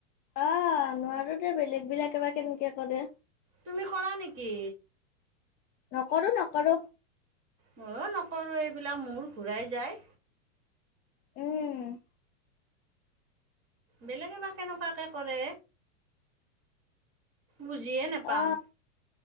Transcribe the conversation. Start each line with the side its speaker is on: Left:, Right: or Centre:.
Left: অ', নোৱাৰো দে বেলেগ বিলাকে বা কেনকে কৰে
Right: তুমি কৰা নিকি?
Left: নকৰো, নকৰো।
Right: ময়ো নকৰো এইবিলাক মূৰ ঘূৰাই যায়।
Left: উম
Right: বেলেগে বা কেনে কোৱাকে কৰে। বুজিয়ে নাপাও।
Left: আহ